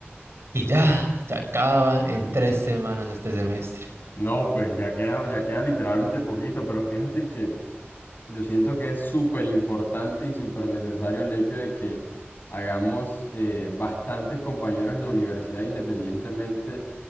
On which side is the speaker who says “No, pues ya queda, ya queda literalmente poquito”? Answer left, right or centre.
Left